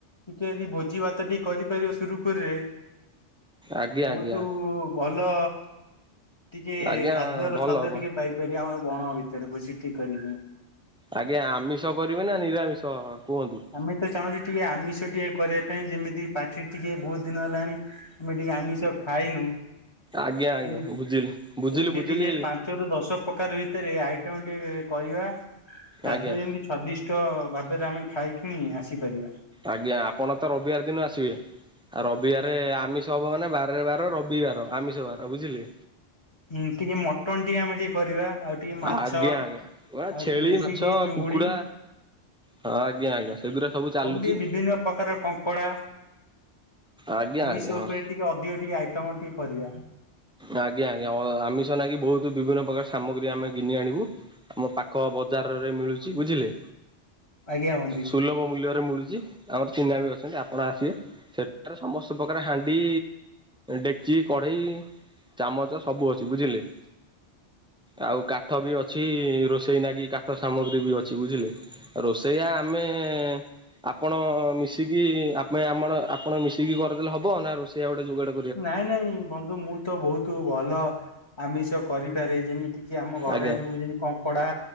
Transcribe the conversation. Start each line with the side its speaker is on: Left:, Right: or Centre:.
Left: ଟିକେ ଯଦି ଭୋଜି ଭାତଟି କରିପାରିବ ସୁରୁଖୁରୁରେ
Centre: ଆଜ୍ଞା ଆଜ୍ଞା
Left: ବହୁତୁ ଭଲ ଟିକେ
Centre: ଆଜ୍ଞା
Left: ଖାଦ୍ୟର
Centre: ଭଲ
Left: ସ୍ୱାଦ
Centre: ହବ
Left: ଟିକେ ପାଇପାରିବେ ଆମର ବଣ ଭିତରେ ଭୋଜି ଟିକେ କରିକି।
Centre: ଆଜ୍ଞା ଆମିଷ କରିବେ ନା ନିରାମିଷ କୁହନ୍ତୁ?
Left: ଆମେ ତ ଚାହୁଁଚୁ ଟିକେ ଆମିଷ ଟିକେ କରିବା ପାଇଁ ଯେମିତି ପାଟି ଟିକେ ବହୁତ ଦିନ ହେଲାଣି ଆମେ ଟିକେ ଆମିଷ ଖାଇନୁ
Centre: ଆଜ୍ଞା ଆଜ୍ଞା
Left: କେମି
Centre: ବୁଝିଲି ବୁଝିଲି
Left: କେମିତି
Centre: ବୁଝିଲି
Left: ଟିକେ ପା ଞ୍ଚ ରୁ ଦଶ ପ୍ରକାର ଭିତରେ ଆଇଟମ ଟେ କରିବା। ଖାଦ୍ୟ
Centre: ଆଜ୍ଞା
Left: ଯେମିତି ସ୍ଵାଦିଷ୍ଟ ଭାବରେ ଆମେ ଖାଇ କିିଣି ଆସିପାରିବା।
Centre: ଆଜ୍ଞା ଆପଣ ତ ରବିବାର ଦିନ ଆସିବେ। ରବିବାର ଆମିଷ ହବ ମାନେ ବାରରେ ବାର ରବିବାର ଆମିଷ ବାର। ବୁଝିଲେ?
Left: ହୁଁ ଟିକେ ମଟନ ଟିକେ ଆମେ ଟିକେ କରିବା ଆଉ ଟିକେ ମାଛ
Centre: ଆଜ୍ଞା ଆଜ୍ଞା ମ
Left: ଆଉ
Centre: ଛେଳି,
Left: ଟିକେ ଦେଶୀ
Centre: ମାଛ,
Left: ଟିକେ ଚୁଙ୍ଗୁଡି
Centre: କୁକୁଡା ହଁ ଆଜ୍ଞା ଆଜ୍ଞା ସେଗୁୁରା ସବୁ ଚାଲୁଚି।
Left: ଟିକେ ବିଭିନ୍ନ ପ୍ରକାର କଙ୍କଡା
Centre: ଆଜ୍ଞା। ଆଜ୍ଞା
Left: ଇଷ
Centre: ହଁ
Left: ଉପରେ ଟିକେ ଅଧିକ ଟିକେ ଆଇଟମ ଟିକେ କରିବା।
Centre: ଆଜ୍ଞା ଆଜ୍ଞା ଅ-ଆମିଷ ନାଗି ବହୁତ ବିଭିନ୍ନ ପ୍ରକାର ସାମଗ୍ରୀ ଆମେ ଘିନି ଆଣିବୁ। ଆମ ପାଖ ବଜାରରେ ମିଳୁଛି ବୁଝିଲେ।
Left: ଆଜ୍ଞା ବନ୍ଧୁ
Centre: ସୁଲଭ ମୂଲ୍ୟରେ ମିଳୁଚି। ଆମର ଚିହ୍ନା ବି ଅଛନ୍ତି ଆପଣ ଆସିବେ ସେଠାରେ ସମସ୍ତ ପ୍ରକାର ହାଣ୍ଡି ଡେକ୍ଚି, କଡେଇ, ଚାମଚ ସବୁ ଅଛି ବୁଝିଲେ। ଆଉ କାଠ ବି ଅଛି ରୋଷେଇ ନାଗି କାଠ ସାମଗ୍ରୀ ବି ଅଛି ବୁଝିଲେ। ରୋଷେଇଆ ଆମେ ଆପଣ ମିଶିକି ଆମେ ଆମର ଆପଣ ମିଶିକି କରିଦେଲେ ହବ ନା ରୋଷେଇଆ ଗୋଟେ ଯୁଗାଡ
Left: ନାଇଁ ନାଇଁ ବନ୍ଧୁ ମୁଁ ତ ବହୁତୁ ଭଲ ଆମିଷ କରିପାରେଇ ଯେମି ତିକି ଆମ ଘରେ
Centre: ଆଜ୍ଞା
Left: ମୁଁ ଯେମି କଙ୍କଡ଼ା